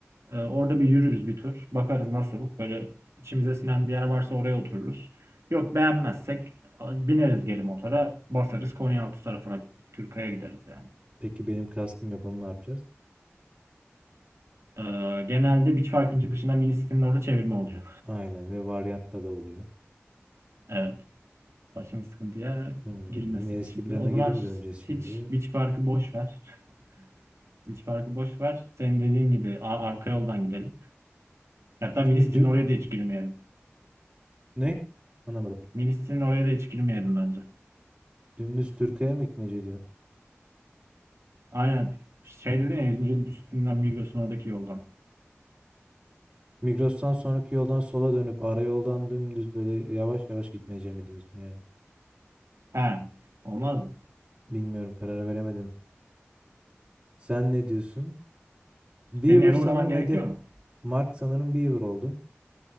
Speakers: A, on the right; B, on the right.
A: Ee, orada bir yürürüz bir tur. Bakarız nasıl. Böyle içimize sinen bir yer varsa oraya otururuz. Yok beğenmezsek bineriz geri motora. Basarız Konyaaltı tarafına. Türkaya gideriz yani.
B: Peki benim kaskım yok onu ne yapacağız?
A: Ee, genelde Beach Park'ın çıkışında mini sitenin orada çevirme oluyor.
B: Aynen ve varyatta da oluyor.
A: Evet. Başımız sıkıntıya
B: Hmm,
A: girmesin
B: yine eski
A: şimdi.
B: plana
A: O zaman
B: geri mi döneceğiz şimdi?
A: hiç Beach Park'ı boş ver. <laughs> Beach Park'ı boş ver. Senin dediğin gibi a- arka yoldan gidelim. Hatta
B: Şimdi
A: mini sitenin
B: dü...
A: oraya da hiç girmeyelim.
B: Ne? Anlamadım.
A: Mini sitenin oraya da hiç girmeyelim bence.
B: Dümdüz Türkiye'ye mi gitmece diyor?
A: Aynen. Şey dedin ya 100. üstünden Migros'un oradaki yoldan.
B: Migros'tan sonraki yoldan sola dönüp ara yoldan dümdüz böyle yavaş yavaş gitmece mi diyorsun yani?
A: He. Olmaz mı?
B: Bilmiyorum karar veremedim. Sen ne diyorsun? Beaver
A: Senin eve
B: sanırım
A: uğraman gerekiyor
B: hedef
A: mu?
B: Mark sanırım Beaver oldu.